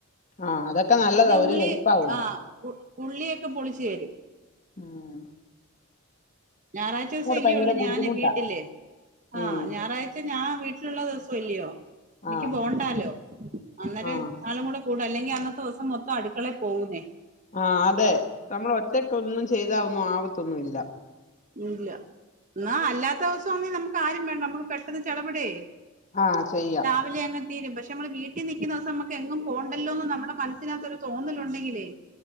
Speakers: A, on the left; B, on the right.
A: ആഹ് അതൊക്കെ നല്ലതാ
B: പിന്നെ
A: ഒരു
B: ഉള്ളി
A: ഹെൽപ്പ് ആവുല്ലോ
B: ആഹ് ഉ ഉള്ളിയൊക്കെ പൊളിച്ചു തരും
A: ആഹ്
B: ഞാറാഴ്ച ദിവസം അല്ലേയുള്ളൂ
A: ഭയങ്കര ബുദ്ധിമുട്ടാ
B: ഞാന് വീട്ടില് ആഹ്
A: ഉം
B: ഞാറാഴ് ച ഞാൻ വീട്ടിലുള്ള ദിവസല്ലയോ എനിക്ക്
A: ആഹ്
B: പോകണ്ടാലോ അന്നേരം
A: ആഹ്
B: ആളും കൂടെ കൂടും അല്ലെങ്കി അന്നത്തെ ദിവസം മൊത്തം അടുക്കളെ പോകുന്നേ
A: ആഹ് അതെ നമ്മൾ ഒറ്റക്കൊന്നും ചെയ്താ ഒന്നും ആവത്തൊന്നുംഇല്ല
B: ഇല്ല എന്ന അല്ലാത്ത ദിവസം ഒന്ന നമുക്ക് ആരും വേണ്ട നമ്മക്ക് പെട്ടെന്ന് ചടപടേ
A: ആഹ് ചെയ്യാം
B: രാവിലെ അങ്ങ് തീരും പക്ഷെ നമ്മള് വീട്ടിൽ നിക്കുന്നിസം നമുക്ക് എങ്ങും പോകണ്ടല്ലോന്ന് നമ്മുടെ മനസ്സിനകതോത്തൊരു തോന്നലുണ്ടെങ്കിലേ